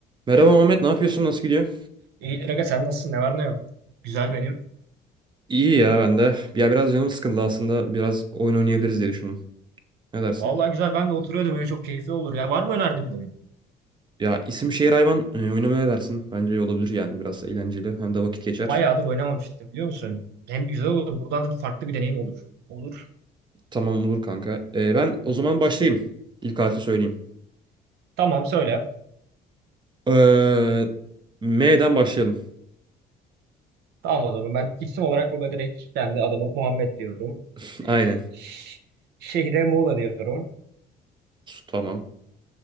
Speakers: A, on the right (about 25°); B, on the right (about 80°).
A: Merhaba Muhammed, ne yapıyorsun? Nasıl gidiyor?
B: İyidir aga sen nasılsın? Ne var ne yok. Güzel benim.
A: İyi ya ben de. Ya biraz canım sıkıldı aslında. Biraz oyun oynayabiliriz diye düşündüm. Ne dersin?
B: Vallahi güzel ben de oturuyordum öyle çok keyifli olur ya. Var mı önerdiğin bir oyun?
A: Ya isim şehir hayvan e, oynamaya ne dersin? Bence iyi olabilir yani biraz eğlenceli. Hem de vakit geçer.
B: Bayağıdır oynamamıştım biliyor musun? Hem güzel olur buradan da farklı bir deneyim olur. Olur.
A: Tamam olur kanka. E, ben o zaman başlayayım. İlk harfi söyleyeyim.
B: Tamam söyle.
A: Ee, M'den başlayalım.
B: Tamam o zaman ben isim olarak burada direkt kendi adamı Muhammed diyorum.
A: <laughs> Aynen.
B: Ş- Şehre Muğla diyorum.
A: Tamam.